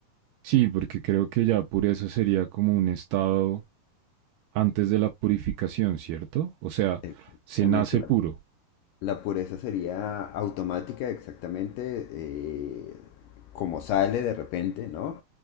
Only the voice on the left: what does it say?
Exactamente.
La,
la pureza sería automática, exactamente, eh, como sale de repente, ¿no?